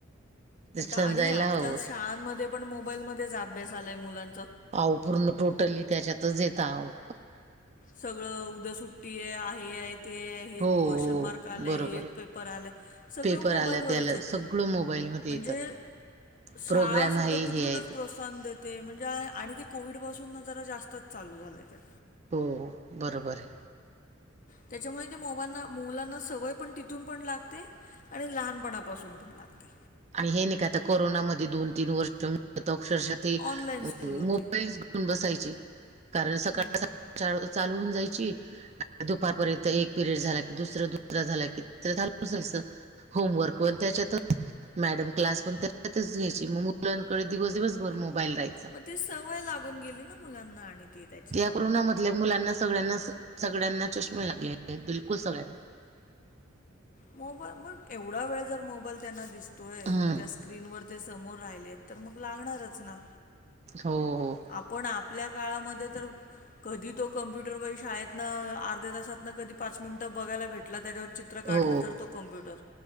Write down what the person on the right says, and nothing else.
ते समजायला
हवं
आऊ पूर्ण टोटली त्याच्यातच येतं आऊ
हो हो
बरोबर
पेपर
आला त्याला
सगळं मोबाईलमध्ये
येतात प्रोग्राम
आहे
हे आहे ते
हो बरोबर हाय
आणि हे नाही का आता कोरोनामध्ये दोन तीन वर्ष मिळत आक्षरशा ते
मोबाईल
बसायची कारण सकाळ
<unintelligible> चालू होऊन जायची दुपारपर्यंत एक पिरियड झाला की दुसर दुसरा झाला कि तसरं झा <unintelligible> जायचं होमवर्क वण <unintelligible> त्याच्यात मॅडम क्लास पण त्याच्यातच घ्यायची मग मुलांकडे दिवस दिवसभर मोबाईल राहायच
या कोरोनामधल्या मुलांना सगळ्यांना सगळ्यांना चष्मे लागलेले आहेत बिलकुल सगळ्यांना
हम्म
हो हो
हो